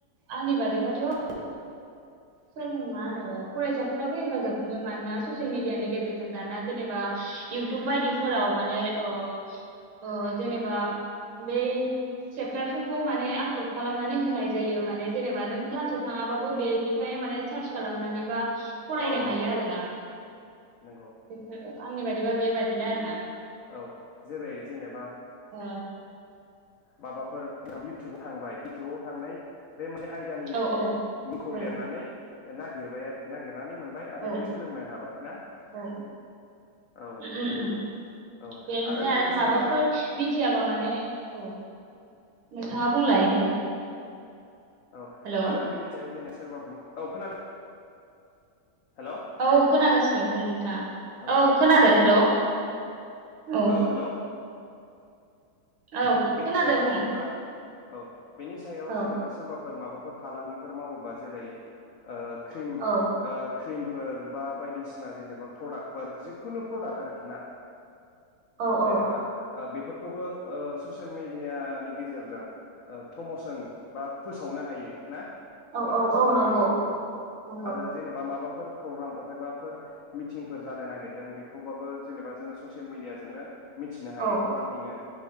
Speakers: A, on the right; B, on the left.
A: आंनि बादिबाथ अ सोलों मा होनो फरायसाफोराबो हेफाजाब मोनो मानोना ससियेल मिडियानि गेजेरजों दाना जेनेबा इउटुब बायदिफोराव माने ओ ओ जेनेबा बै सेपटार खौ माने आपलड खालामनानै होनाय जायो माने जेनेबा नों क्लासाव थाङाबाबो बेनिफ्राय माने सार्च खालामनानै बा फरायनो
B: औ
A: हायो
B: नंगौ
A: आरोना
B: नंगौ
A: बेखौ आंनि बायदि बिदिबा बेबादिनो आरोना।
B: औ जेरै जेनेबा
A: ओ
B: माबाफोर इउटुबाव थांबाय इउटुबाव थांनाय बे मोनसे आयदानि
A: औ
B: मुंखौ
A: औ
B: लिरनानै नागिरबाय आरोखि नागिर नानै मोनबाय आरो
A: औ
B: बे सोलोंनो हाबाय ना
A: औ
B: औ
A: उम उम
B: नोंगौ
A: उम
B: औ
A: बे ओमफ्राय
B: आरो बिनि
A: माबाफोर
B: सायाव
A: मिथियाबा माने औ नोंथाङा
B: औ
A: बुंलाय दे।
B: औ
A: हेल'
B: आरो बेनि सायाव जेने सोरबा औ खोनादों हेलौ
A: औ खोनागासिनो बुं नोंथाङा
B: औ
A: खोनादादों
B: आरो
A: हेल
B: बे
A: औ।
B: औ हेलौ
A: औ
B: बेनि
A: खोनादो
B: सायाव
A: बुं
B: जेनेबा औ बेनि सायाव जेनेबा
A: औ
B: सोरबा फोर माबाफोर फालांगिफोर मावोबा जेरै ख्रिम
A: औ
B: ओ क्रिमफोर बा बायदिसिना जेनेबा प्रदाक्टफोर जिखुनु प्रदाक्ट आरोखिना।
A: औ औ
B: जेनेबा ओ बेफोर खौबो ओ ससियेल मेडियानि गेजेरजों औ प्रमसन बा फोसावनो हायो ना?
A: औ
B: गोबां
A: औ
B: फोसावनो
A: औ नंगौ
B: हायो औ
A: नंगौ
B: आरो जेनेबा माबा फोर प्रग्राम अबेबाफोर मिटिंफोर जानो नागिरदों बेखौबाबो जेनेबा जोङो ससियेल मिडियाजोंनो मिथिनो
A: औ
B: हायो गोबाङैनो